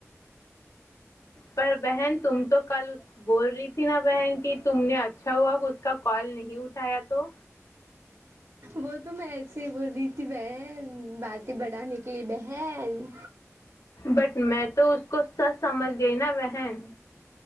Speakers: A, on the left; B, on the right.
A: پر بہن تم تو کل بول رہی تھی نا بہن کہ تم نے اچھا ہوا اس کا کال نہیں اٹھایا تو
B: وہ تو میں ایسے ہی بول رہی تھی بہن باتیں بڑا نکلی بہن
A: بٹ میں تو اس کو سچ سمجھ گئی نا بہن